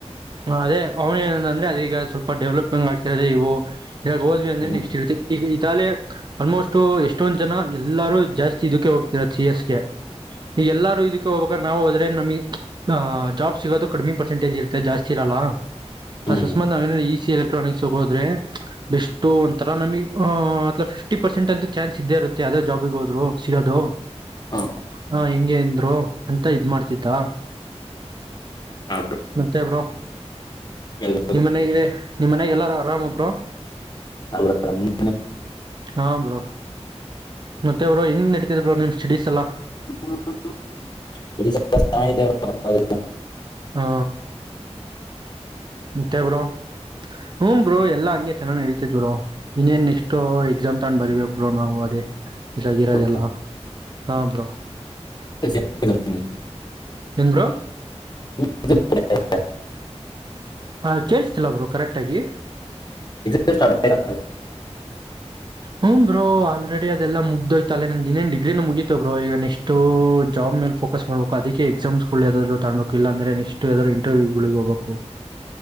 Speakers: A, on the right (about 40°); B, on the left (about 40°).
A: ಹ ಅದೇ ಅವ್ನ ಏನ ಅಂದ್ರೆ ಅದ ಈಗ ಸ್ವಲ್ಪ ಡೆವಲಪ್ಮೆಂಗ್ ಆಗ್ತಿರದೆ ಇವು. ಈಗ ಹೋದ್ವಿ ಅಂದ್ರೆ
B: ಹ್ಮ್.
A: ನೆಕ್ಸ್ಟ್ ಇರುತ್ತೆ ಈಗ ಇತಲೇ. ಆಲ್ಮೋಸ್ಟ್ ಎಷ್ಟೊಂದ್ ಜನ ಎಲ್ಲಾರು ಜಾಸ್ತಿ ಇದಕ್ಕೆ ಹೋಗ್ತರ ಸಿ ಎಸ್ಗೆ. ಈ ಎಲ್ಲಾರೂ ಇದಕ್ಕೆ ಹೋಗಬೇಕ ನಾವು ಹೋದ್ರೆ ನಮಗೆ ಜಾಬ್ ಸಿಗೋದು ಕಡಿಮಿ ಪರ್ಸೆಂಟೇಜ್ ಇರುತ್ತೆ ಜಾಸ್ತಿ. ಹೋಗಿರಲಾ
B: ಹ್ಮ್
A: ಅಸಸ್ಮಾತ್ ನಾವ ಏನ ಇಸ ಎಲೆಕ್ಟ್ರಾನಿಕ್ಸ್ ಹೋಗೋದ್ರೆ ಪ್. ಎಷ್ಟ ಒಂಥರ ನಮಗ್ ಅ ಫಿಫ್ಟಿ ಪರ್ಸೆಂಟ್ ಅಂತ ಚಾನ್ಸ್ ಇದ್ದೇ ಇರುತ್ತೆ ಯಾವದೇ ಜಾಬಿಗೆ ಹೋದ್ರು ಸಿಗೋದು.
B: ಹಾ
A: ಹಾ ಹೆಂಗ ಅಂದ್ರು ಅಂತ ಇದ್ ಮಾಡಾತಿದ್ದ.
B: ಹಾ
A: ಮತ್ತೆ ಬ್ರೋ.
B: ಎಲ್ಲ.
A: ನಿಮ್ಮ ಮನೆಗೆ ನಿಮ್ಮ್ ಮನೆಗೆ ಎಲ್ಲಾರು ಆರಾಮ್ ಬ್ರೋ.
B: <unintelligible>
A: ಹಾ ಬ್ರೋ ಮತ್ತೆ ಬ್ರೋ ಹೆಂಗ್ ನಡತಿದ ಬ್ರೋ ನಿಮ ಸ್ಟಡೀಸ್ ಎಲ್ಲಾ.
B: <inaudible>
A: ಹ್ಮ ಮತೇ ಬ್ರೋ ಹ್ಮ ಬ್ರೋ ಎಲ್ಲಾ ಹಂಗೆ ಚೆನ್ನಾಗಿ ನಡೀತಿದ್ ಬ್ರೋ. ಇನ್ನೇನ್ ನೆಕ್ಸ್ಟ್ ಎಕ್ಸಾಮ್ ತಂದ ಬರಿಬೇಕ್ ಬ್ರೋ ನಾವು ಅದೇ ಇದ್ರಾಗ
B: ನಿಮ್ದು
A: ಇರೋದೆಲ್ಲ. ಹಾ ಬ್ರೋ.
B: <unintelligible>
A: ಏನ್ ಬ್ರೋ.
B: <unintelligible>
A: ಹ ಕೇಳಸ್ತಿಲ್ಲ ಬ್ರೋ ಕರೆಕ್ಟ್ ಆಗಿ.
B: ಎ್ಟ <unintelligible>
A: ಹ್ಮ ಬ್ರೋ ಆಲ್ರೆಡಿ ಅದೆಲ್ಲ ಮುಗಿದೋಯ್ತಲ್ಲೆ ನಮ ಇನ್ನನೆ ಡಿಗ್ರಿನ ಮುಗಿತತ ಬ್ರೋ ಈಗ ನೆಕ್ಸ್ಟ್ ಜಾಬ್ ಮೇಲೇ ಫೋಕಸ್. ಫಸ್ಟ್ ಮಾಡಬೇಕು ಅದಕ್ಕೆ ಎಕ್ಸಾಮ್ಸ್ ಯಾವದಾದೂ ತಗೋಬೇಕು ಇಲ್ಲ ಅಂದ್ರೆಕ್ಸ್ಟ್ ಯಾವಾದ್ ಇಟರ್ವ್ಯಗಳಿಗೆ ಹೋಗಬೇಕು.